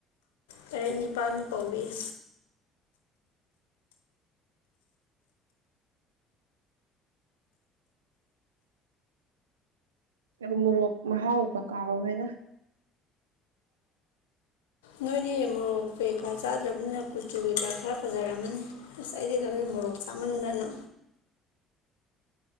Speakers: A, on the left; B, on the right.
A: ꯇꯔꯦꯠ ꯅꯤꯄꯥꯜꯃꯨꯛ ꯀꯧꯕꯥꯎꯤ꯫
B: ꯎꯃꯣꯔꯣꯛ ꯃꯍꯥꯎꯒ ꯀꯥꯎꯒꯔ꯭ꯦꯗ꯫
A: ꯅꯣꯏꯗꯤ ꯃꯣꯔꯣꯛ ꯀꯩꯀꯥ ꯆꯥꯗ꯭ꯔꯕꯅꯤꯅ ꯀꯨꯆꯨ ꯀꯩꯀꯥ ꯈꯔ ꯐꯖꯔꯛꯝꯃꯅꯤ ꯑꯁ ꯑꯩꯗꯤ ꯊꯕꯦꯟ ꯃꯣꯔꯣꯛ ꯆꯥꯃꯟꯗꯅ